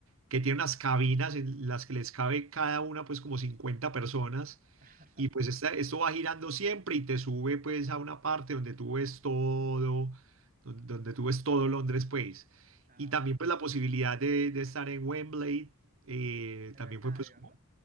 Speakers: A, on the right; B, on the right.
A: que tiene unas cabinas en las que les cabe cada una pues como 50 personas
B: <laughs>
A: y pues esta- esto va girando siempre y te sube pues a una parte donde tú ves todo, don- donde, tú ves todo Londres pues.
B: Ah,
A: Y también
B: ok, en
A: pues la posibilidad de, de estar en Wembley, eh,
B: el
A: también
B: estadio,
A: fue pues como,
B: ¿no?